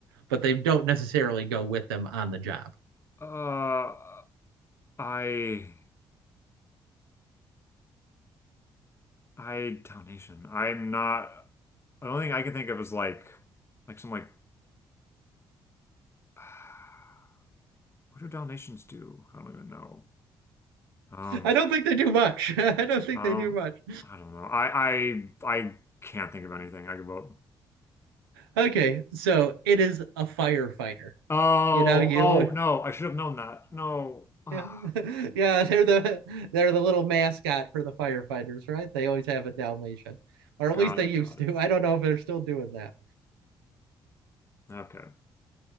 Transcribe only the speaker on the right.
but they don't necessarily go with them on the job.
I don't think they do much. <laughs> I don't think
they do much.
Okay, so it is a firefighter.
You know, you
yeah, <laughs> yeah, they're the they're the little mascot for the firefighters, right? They always have a Dalmatian, or at
least they
used
to. I don't know if they're still doing that.